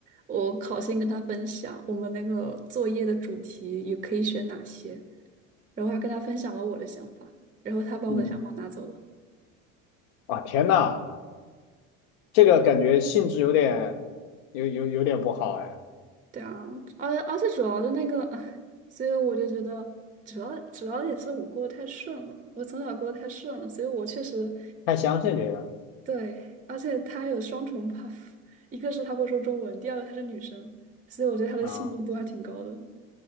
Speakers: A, on the right (about 20°); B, on the left (about 70°).
A: 我考先跟他分享我们那个作业的主题也可以选哪些，然后还跟他分享了我的想法，然后他把我的想法拿走了。
B: 嗯，啊，天呐，这个感觉性质有点，有有有点不好哎，
A: 对啊，而且而且主要是那个，唉，所以我就觉得，主要主要也是我过得太顺了，我从小过得太顺了，所以我确实
B: 太相信这个
A: 对，而且他还有双重 buff，<laughs> 一个是他会说中文，第二个他是女生，所以我觉得他的幸运度还挺高的。
B: 啊，